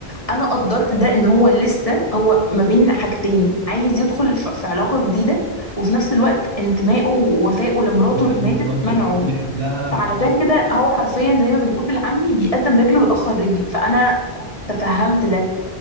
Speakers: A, on the left; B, on the right.
A: انا قدرت ده ان هو لسه هو ما بين حاجتين عايز يدخل ف- في علاقه جديده وفي نفس الوقت انتمائه ووفائه لمراته
B: لمراته
A: اللي ماتت منعه
B: اللي بيحبها
A: فعلشان كده هو حرفيا زي ما بنقول بالعامي بيقدم رجل ويأخر رجل فانا تفهمت ده